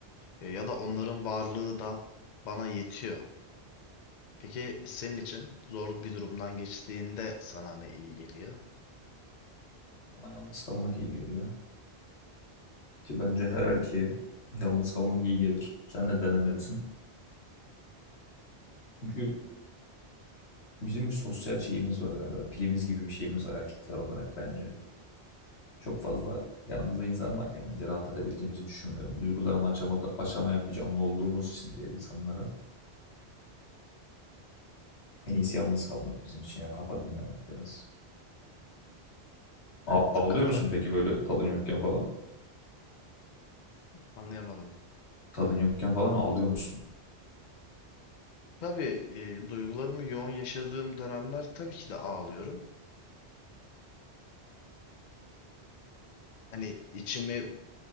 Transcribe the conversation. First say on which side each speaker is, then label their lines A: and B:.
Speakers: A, on the left; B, on the left.
A: E, ya da onların varlığı da bana yetiyor. Peki senin için zor bir durumdan geçtiğinde sana ne iyi geliyor?
B: Bana yalnız kalmak iyi geliyor. Ki bence her erkeğe yalnız kalmak iyi gelir. Sen de denemelisin. Çünkü bizim bir sosyal şeyimiz var galiba. Pilimiz gibi bir şeyimiz var erkekler olarak bence. Çok fazla yanımızda insan varken bence rahat edebildiğimizi düşünmüyorum. Duygularını açamadı, açamayan bir canlı olduğumuz için diğer insanlara. En iyisi yalnız kalmak bizim için ya kafa dinlemek biraz. A-
A: Evet,
B: ağlıyor
A: kafasın
B: musun peki böyle tadın yokken falan?
A: anlayamadım.
B: Tadın yokken falan ağlıyor musun?
A: Tabii e, duygularımı yoğun yaşadığım dönemler tabii ki de ağlıyorum. Hani içimi